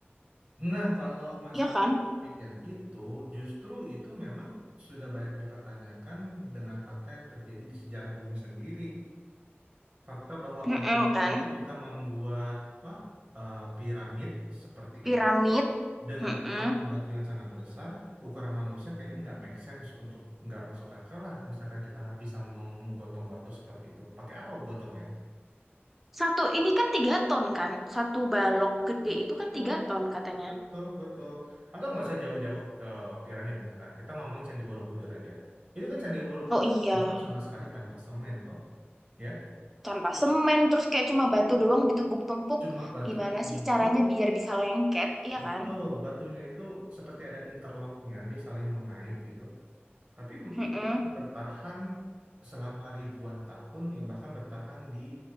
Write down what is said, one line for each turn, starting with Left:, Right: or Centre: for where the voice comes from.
Right: Nah, kalau masalah
Centre: Iya kan?
Right: topik yang itu justru itu memang sudah banyak dipertanyakan dengan fakta yang terjadi di sejarah bumi sendiri. Fakta bahwa
Centre: Heeh,
Right: orang origami
Centre: kan?
Right: dulu bisa membuat apa eh, piramid seperti
Centre: piramid.
Right: itu dengan
Centre: Mm-mm.
Right: potongan batu yang sangat besar, ukuran manusia kayaknya nggak make sense untuk nggak masuk akal lah. Misalkan kita bisa mem- menggotong batu seperti itu, pakai apa gotongnya?
Centre: Satu ini kan tiga ton kan, satu balok gede
Right: Betul,
Centre: itu kan tiga ton katanya.
Right: betul, betul. Atau nggak usah jauh-jauh ke piramid misalkan. Kita ngomongin Candi Borobudur aja. Itu kan Candi Borobudur
Centre: Oh iya,
Right: bangun sama sekali tanpa semen toh, ya.
Centre: tanpa
Right: Cuma,
Centre: semen terus kayak cuma batu doang ditumpuk-tumpuk.
Right: cuma batu
Centre: Gimana
Right: ditumpu
Centre: sih caranya biar bisa lengket, iya
Right: Betul,
Centre: kan?
Right: batunya itu seperti ada interlocknya, dia saling mengait gitu. Tapi m-
Centre: Mm-mm.
Right: dia bisa bertahan selama ribuan tahun dan bahkan bertahan di